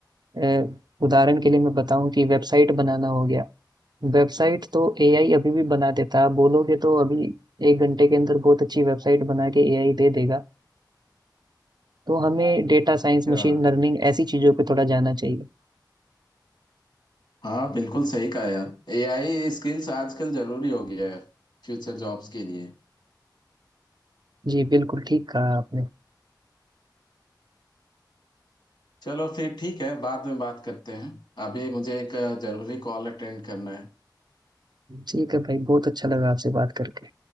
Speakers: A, on the right; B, on the left.
A: अ, उदाहरण के लिए मैं बताऊं कि वेबसाइट बनाना हो गया वेबसाइट तो एआई अभी भी बना देता है। आप बोलोगे तो अभी एक घंटे के अंदर बहुत अच्छी वेबसाइट बना के एआई दे देगा तो हमें डेटा साइंस
B: हाँ
A: मशीन लर्निंग ऐसी चीजों पे थोड़ा जाना चाहिए
B: हाँ बिल्कुल सही कहा यार एआई स्किल्स आजकल जरूरी हो गया है फ्यूचर जॉब्स के लिए
A: जी बिल्कुल ठीक कहा आपने
B: चलो फिर ठीक है बाद में बात करते हैं अभी मुझे एक जरूरी कॉल अटेंड करना है
A: ठीक है भाई बहुत अच्छा लगा आपसे बात करके